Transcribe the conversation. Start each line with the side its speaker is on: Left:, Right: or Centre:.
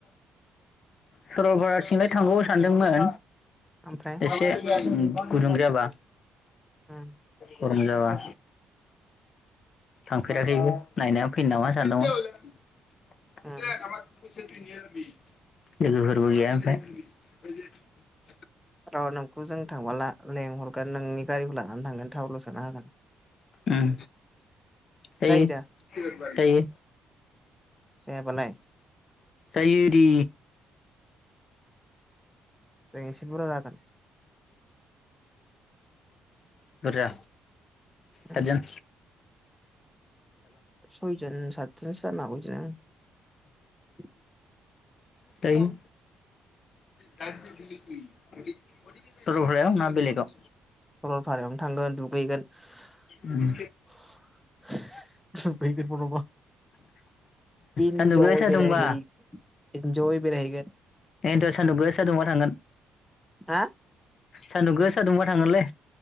Left: सर'लपारा थिंलाय थांगौ सानदोंमोन।
Centre: ओमफ्राय
Left: एसे उम गुदुं जाबा
Centre: उम।
Left: फरायनाय जाबा थांफेराखैबो नायना फैनो
Centre: उम
Left: नामा सानदोंमोन। <unintelligible>
Centre: उम
Left: लोगोफोरबो गैया ओमफ्राय।
Centre: र' नोंखौ जों थांब्ला ला लेंहरगोन नोंनि गारिखौ लानानै थांगोन थावल' स सोना होगोन।
Left: उम दायो
Centre: जायो दा
Left: दायो।
Centre: जायाबालाय
Left: जायो दे।
Centre: जों एसे बुरजा जागोन।
Left: बुरजा?
Centre: उम
Left: सादजोन।
Centre: सयजन साद थ्रोस जानो हागौलै। जों
Left: दायो दा <unintelligible> सरलपारायाव ना बेलेगाव?
Centre: सरलपारायावनो थांगोन दुग गैगोन
Left: उम
Centre: इन्जय
Left: सान्दुं गोसा
Centre: बेरायहै
Left: दुंबा
Centre: इन्जय बेरायहैगोन।
Left: दायनथ' सान्दुं गोसा दुंबा थांगोन।
Centre: हा
Left: सानदुं गोसा दुंबा थांगोनलै।